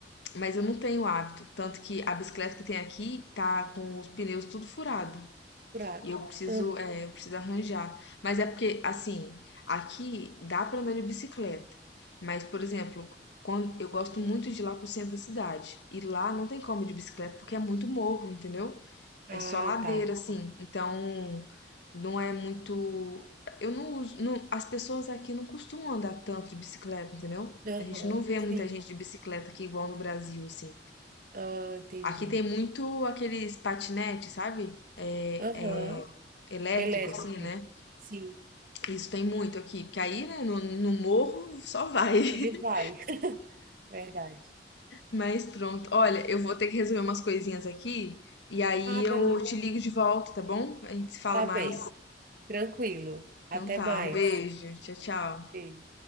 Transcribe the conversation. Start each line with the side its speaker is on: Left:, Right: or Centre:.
Left: mas eu não tenho hábito. Tanto que a bicicleta que tem aqui tá com os pneus tudo furado.
Right: Curado.
Left: E eu preciso,
Right: Aham.
Left: é, eu preciso arranjar. Mas é porque, assim, aqui dá pra andar de bicicleta. Mas, por exemplo, quando eu gosto muito de ir lá pro centro da cidade. E lá não tem como ir de bicicleta porque é muito morro, entendeu? É
Right: Ah,
Left: só ladeira,
Right: tá.
Left: assim. Então, não é muito. Eu não uso. não- as pessoas aqui não costumam andar tanto de bicicleta, entendeu?
Right: Aham.
Left: A gente não vê
Right: Sim.
Left: muita gente de bicicleta aqui igual no Brasil, assim.
Right: Ah, entendi.
Left: Aqui tem muito aqueles patinetes, sabe? É,
Right: Aham.
Left: é, elétrico,
Right: Elétrico.
Left: assim, né?
Right: Sim.
Left: Isso tem muito aqui. Porque aí, né, no, no morro só vai. <laughs>
Right: Ele vai. <laughs> Verdade.
Left: Mas pronto. Olha, eu vou ter que resolver umas coisinhas aqui. E aí
Right: Ah,
Left: eu
Right: beleza.
Left: te ligo de volta, tá bom? A gente se fala
Right: Tá
Left: mais.
Right: bem. Tranquilo.
Left: Então
Right: Até
Left: tá,
Right: mais.
Left: um beijo. Tchau, tchau.
Right: Beijo.